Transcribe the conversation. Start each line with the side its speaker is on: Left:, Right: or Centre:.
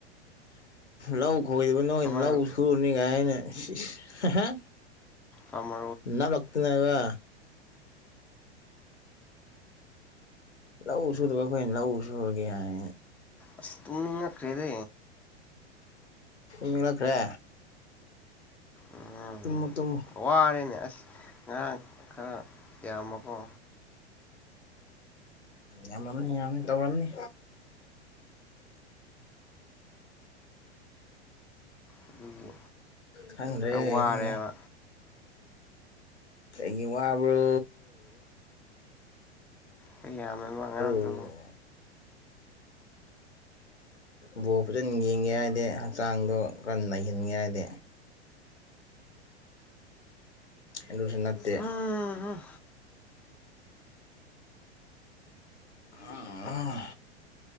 Left: ꯂꯩ ꯑꯣꯏꯗꯕ ꯅꯣꯏꯅ
Centre: ꯐꯥꯔꯃꯔ
Left: ꯂꯧ ꯁꯨꯔꯨꯅꯤ ꯀꯥꯏꯅ ꯍꯥꯏ
Centre: ꯑꯃ
Left: ꯅꯥꯂꯣꯛꯇꯅꯕ ꯂꯧ ꯁꯨꯗꯕ ꯑꯩꯈꯣꯏꯅ ꯂꯧ ꯁꯨꯨꯔꯒꯦ ꯍꯥꯏ
Centre: ꯑꯁ ꯇꯨꯅ ꯏ ꯀꯩꯗ
Left: ꯃꯤꯅꯈ꯭ꯔꯦ
Centre: ꯎꯝ
Left: ꯇꯨꯝꯃꯣ ꯇꯨꯝꯃꯣ
Centre: ꯋꯥꯔꯦꯅꯦ ꯑꯁ ꯉꯔꯥꯡ ꯈꯔ ꯌꯥꯝꯕꯀꯣ
Left: ꯌꯥꯝꯃꯝꯅꯤ ꯌꯥꯝꯅꯤ ꯇꯧꯔꯝꯅꯤ
Centre: ꯑꯗꯨꯒꯤ
Left: ꯈꯪꯗꯔꯦ
Centre: ꯈꯔ ꯋꯥꯔꯦꯕ
Left: ꯈꯪꯗꯔꯦ ꯀꯩꯒꯤ ꯋꯥꯕ꯭ꯔꯣ
Centre: ꯈꯔ ꯌꯥꯝꯃꯦꯕ ꯉꯔꯥꯡꯗꯣ
Left: <unintelligible> ꯕꯣꯜ ꯐꯖꯅ ꯌꯦꯡꯒꯦ ꯍꯥꯏꯗꯤ ꯍꯛꯆꯥꯡꯗꯣ ꯀꯟꯅ ꯅꯩꯍꯟꯒꯦ ꯍꯥꯏꯗꯤ ꯑꯗꯨꯁꯨ ꯅꯠꯇꯦ
Centre: ꯍꯝ
Left: ꯑꯥ